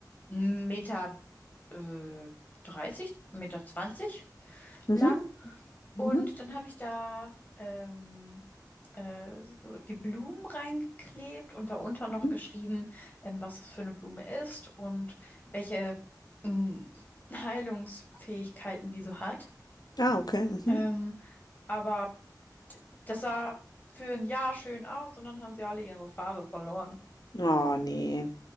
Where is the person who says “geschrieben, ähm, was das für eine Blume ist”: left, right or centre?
Left